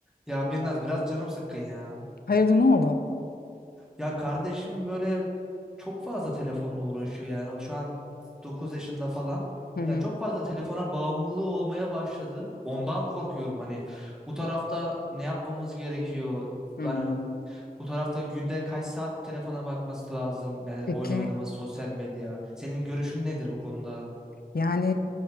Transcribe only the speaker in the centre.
Ya Birnaz biraz canım sıkkın ya.
Ya kardeşim böyle çok fazla telefonla uğraşıyor yani. O Şu an 9 yaşında falan.
Yani çok fazla telefona bağımlılığı olmaya başladı. Ondan korkuyorum hani bu tarafta ne yapmamız gerekiyor?
Hani bu tarafta günde kaç saat telefona bakması lazım? Yani
oyun oynaması, sosyal medya. Senin görüşün nedir bu konuda?